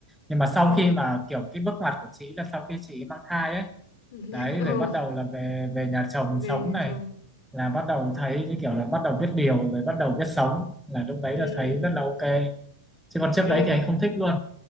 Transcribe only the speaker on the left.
À,
<laughs>
ồ,
về
nhà
chồng.
Ừ,
ê,